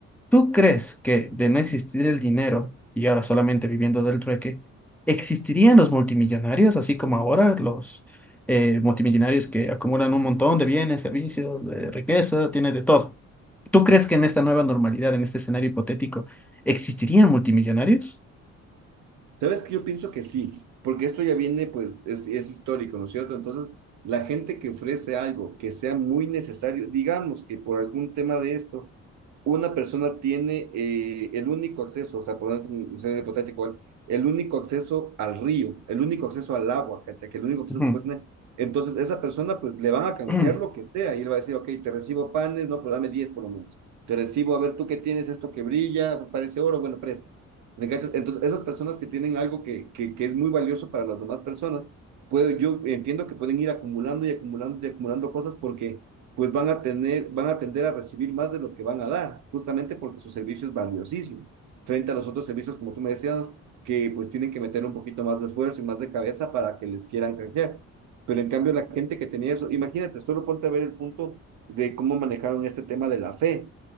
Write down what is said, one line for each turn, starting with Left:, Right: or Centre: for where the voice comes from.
Centre: ¿Tú crees que de no existir el dinero y ahora solamente viviendo del trueque, existirían los multimillonarios, así como ahora los eh, multimillonarios que acumulan un montón de bienes, servicios, eh, riqueza, tienen de todo? ¿Tú crees que en esta nueva normalidad, en este escenario hipotético, existirían multimillonarios?
Right: ¿Sabes que Yo pienso que sí, porque esto ya viene, pues, es, es histórico, ¿no es cierto? Entonces, la gente que ofrece algo que sea muy necesario, digamos que por algún tema de esto, una persona tiene eh, el único acceso, o sea, por un escenario hipotético, ¿vale? el, único acceso al río, el único acceso al agua, ¿cachai? Que el único acceso
Centre: Ujú.
Right: que puedes tener. Entonces, esa persona, pues, le van a canjear
Centre: <clears throat>
Right: lo que sea, y él va a decir, ok, te recibo panes, no, pues dame 10 por lo menos. Te recibo, a ver, tú qué tienes, esto que brilla, parece oro, bueno, presta. ¿Me cachas? Entonces, esas personas que tienen algo que, que, que es muy valioso para las demás personas, puedo, yo entiendo que pueden ir acumulando y acumulando y acumulando cosas porque pues van a tener, van a tender a recibir más de lo que van a dar, justamente porque su servicio es valiosísimo, frente a los otros servicios, como tú me decías, que pues tienen que meter un poquito más de esfuerzo y más de cabeza para que les quieran canjear. Pero en cambio la gente que tenía eso, imagínate, solo ponte a ver el punto de cómo manejaron este tema de la fe,